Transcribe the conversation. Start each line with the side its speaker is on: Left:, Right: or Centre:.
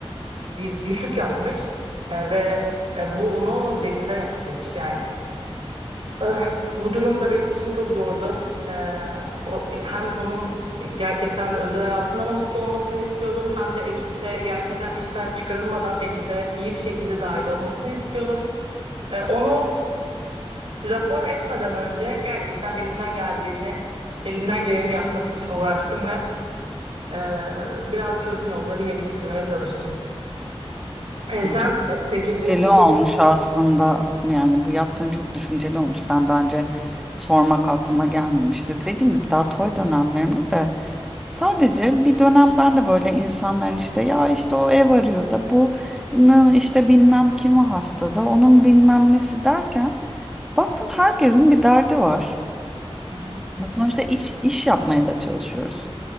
Right: bir düşük yapmış e, ve e, bu onu derinden etkilemiş yani. Eh, bu durum da benim için çok zordu. Eh, o, hem onun gerçekten özel hayatında da mutlu olmasını istiyordum, hem de ekipte gerçekten işten çıkarılmadan ekibe iyi bir şekilde dahil olmasını istiyordum. Eh, onu rapor etmeden önce gerçekten elimden geldiğini, elimden geleni yapmak için uğraştım ve eh, biraz çözüm yolları geliştirmeye çalıştım. E,
Centre: Ya
Right: sen
Centre: çok
Right: e, peki bu
Centre: Düşünceli
Right: iş
Centre: olmuş
Right: yeri
Centre: aslında. Yani bu yaptığın çok düşünceli olmuş. Ben daha önce sormak aklıma gelmemişti. Dediğim gibi daha toy dönemlerimdi de sadece bir dönem ben de böyle insanların işte ya işte o ev arıyor da bu n- işte bilmem kimi hasta da onun bilmem nesi derken baktım herkesin bir derdi var.
Right: Hı hı.
Centre: Ama Sonuçta iş, iş yapmaya da çalışıyoruz.